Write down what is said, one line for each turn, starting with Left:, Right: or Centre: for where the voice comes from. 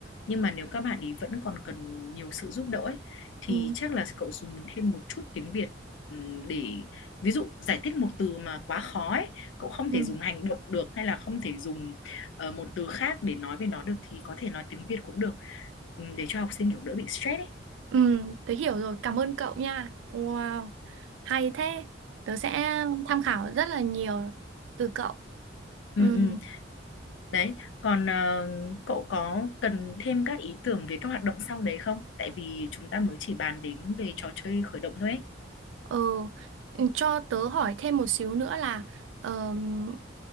Left: Nhưng mà nếu các bạn ý vẫn còn cần nhiều sự giúp đỡ ấy, thì
Right: ừ,
Left: chắc là cậu dùng thêm một chút tiếng Việt ừm, để ví dụ giải thích một từ mà quá khó ấy, cậu không
Right: ừ,
Left: thể dùng hành động được hay là không thể dùng ờ, một từ khác để nói về nó được thì có thể nói tiếng Việt cũng được ừ, để cho học sinh kiểu đỡ bị stress ấy
Right: ừ, tớ hiểu rồi. Cảm ơn cậu nha. Wow, hay thế. Tớ sẽ tham khảo rất là nhiều từ cậu.
Left: ừ,
Right: Ừ.
Left: ừ. đấy còn ờ, cậu có cần thêm các ý tưởng về các hoạt động sau đấy không tại vì chúng ta mới chỉ bàn đến về trò chơi khởi động thôi ấy.
Right: Ờ, cho tớ hỏi thêm một xíu nữa là ờm,